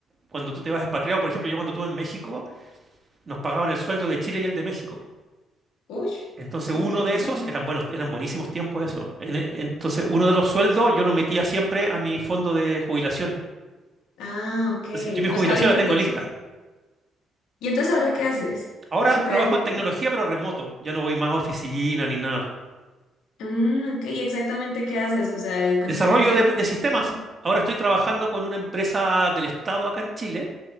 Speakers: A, on the right; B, on the left.
A: cuando tú te vas expatriado, por ejemplo, yo cuando estuve en México, nos pagaban el sueldo de Chile y el de México.
B: Uy,
A: Entonces
B: súper
A: uno de
B: bien.
A: esos, eran buenos, eran buenísimos tiempos eso. En- e- entonces uno de los sueldos yo lo metía siempre a mi fondo de jubilación.
B: Ah, ok.
A: Entonces, yo mi jubilación
B: O sea, ahorita
A: la tengo
B: entonces.
A: lista.
B: ¿Y entonces ahora qué haces?
A: Ahora
B: ¿A qué te
A: trabajo
B: dedicas?
A: en tecnología pero remoto. Yo no voy más a oficina ni nada.
B: Mm, ok, ¿y exactamente qué haces? O sea, es con
A: Desarrollo
B: inteligencia.
A: de, de sistemas.
B: artificial.
A: Ahora estoy trabajando con una empresa del Estado acá en Chile.